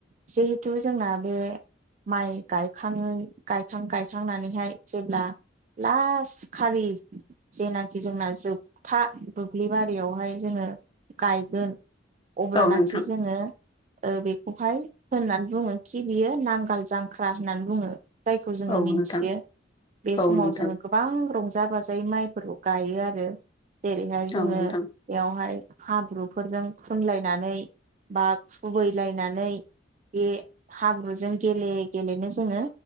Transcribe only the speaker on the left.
औ नोंथां
औ
नोंथां
औ
नोंथां
औ
नोंथां